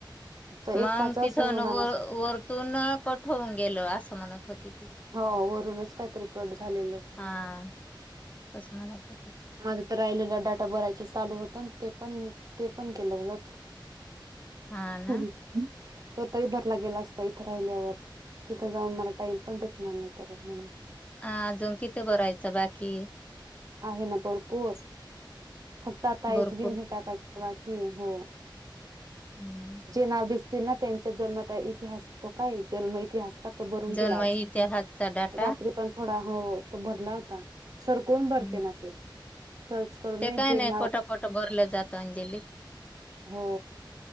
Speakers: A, on the right; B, on the left.
A: तर एकाच
B: मग
A: असं
B: तीतुन
A: होणार नस
B: वरतून कट होऊन गेलो असं म्हणत होती ती
A: हो वरूनच काहीतरी कट झालेलं
B: हा तस म्हणत होती
A: माझ तर राहिलेला डाटा भरायच चालू होत ते पण ते पण केलं उलट
B: हा ना
A: ह तर तरी भरला गेला असता इथे राहिल्यावर तिथं जाऊन मला टाइम पण भेटणार नाही परत म्हणून
B: ह अजून किथे बरायचं बाकी
A: आहे ना भरपूर फक्त आता
B: भरपूर
A: एजबन हे टाकायचे ला <unintelligible> हो
B: हम्म.
A: जे नाव दिसतील ना त्यांच्या जन्माता इतिहास तो काय जन्म इतिहास <unintelligible> त भरून
B: जन्म
A: किला आज
B: इतिहासचा डाटा
A: रात्री पण थोडा हो तो भरला होता, सर कोण भरते
B: हम्म.
A: ना ते सर्च करून
B: ते
A: नाही
B: काही
A: जे
B: नई
A: नाव
B: पटापटा भरलं जात अंजली
A: हो